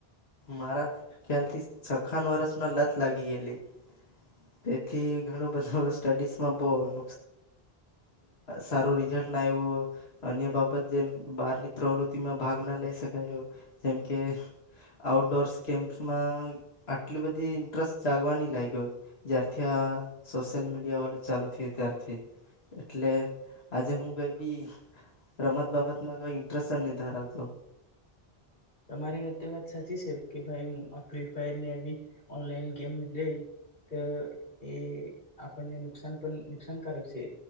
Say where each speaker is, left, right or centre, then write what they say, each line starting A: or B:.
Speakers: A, on the left; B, on the left.
A: મારા ખ્યાલથી છખાાન વર્ષમાં લત લાગી ગયેલી તેથી ઘણું બધું સ્ટડીઝમાં સારું રિઝલ્ટ ના આવ્યું અન્ય બાબત જેમ બહારની પ્રવૃતિમાં ભાગ ના લઈ શકાયો જેમ કે આઉટડોર્સ ગેમ્સમાં આટલી બધી ઇન્ટરેસ્ટ જાગવાની લાગ્યો જ્યારથી આ સોશિયલ મીડિયા વાળું ચાલુ થય તાર ઠીક એટલે આજે હું કઈ બી રમત બાબતમાં કોઈ ઇન્ટરેસ્ટ જ ન ધરાવતો
B: તમારી રીતે વાત સાચી છે કે ભાઈ આ ફ્રી ફાયરને એવી ઓનલાઈન ગેમ એટ તો એ આપણને નુકસાન પણ નુકસાનકારક છે